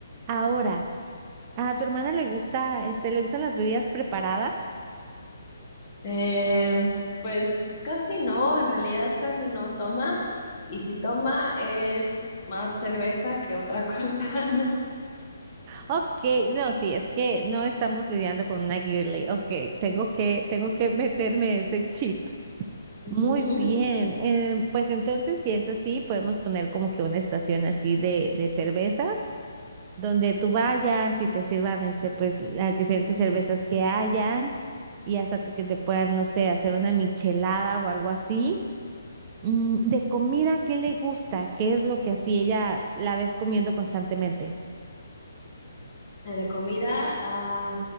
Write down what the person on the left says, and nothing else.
Eh, pues casi no, en realidad casi no toma y si toma es más cerveza que otra cosa.
<laughs>
<laughs>
Eh, De comida, ah,